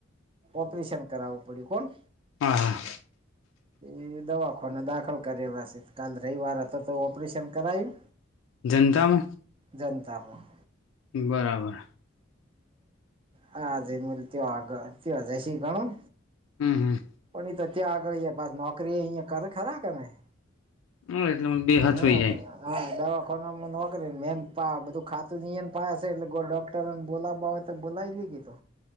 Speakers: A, on the right; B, on the left.
A: ઓપરેશન કરાવવું પડ્યું કોણ.
B: હા, હા.
A: એ દવાખાને દાખલ કરે પાસે કાલ રવિવાર તો ઓપરેશન કરાયું.
B: જનતામાં.
A: જનતામાં.
B: બરાબર.
A: અને હજે ત આગળ ત જશ ગણું
B: હમ્મ, હમ્મ.
A: નહી તો ત્યાં આગળ બ નોકરી અહીં કર ખરા કે નહીં.
B: હમ્મ એટલે બે હચવાઈ
A: હા.
B: જાય
A: હા દવાખોનામાં નોકરી ને એમ બધું ખાતું એ પાયા છે એટલે ગો લોક તર ને બોલાવા હોય તો બોલાવી લઈએ તો.